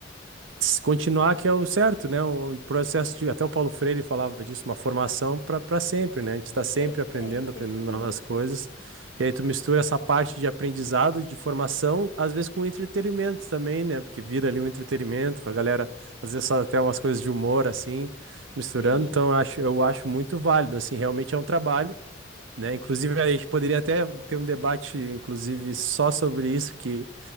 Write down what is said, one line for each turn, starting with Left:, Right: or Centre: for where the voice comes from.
Right: continuar que é o certo, né? O processo de, até o Paulo Freire falava disso, uma formação para para sempre, né? A gente está
Left: <laughs>
Right: sempre
Left: Perfeito,
Right: aprendendo, aprendendo
Left: isso mesmo.
Right: novas coisas. E aí tu mistura essa parte de aprendizado, de formação, às vezes com entretenimento também, né? Porque vira ali um entretenimento, a galera às vezes faz até umas coisas de humor assim, misturando.
Left: Sim,
Right: Então eu acho, eu acho muito válido, assim, realmente é um trabalho, né? Inclusive a gente poderia até ter um debate, inclusive, só sobre isso, que